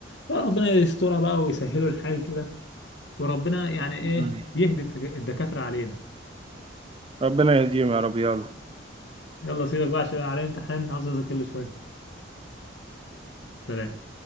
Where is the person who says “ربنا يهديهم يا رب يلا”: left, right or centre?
Right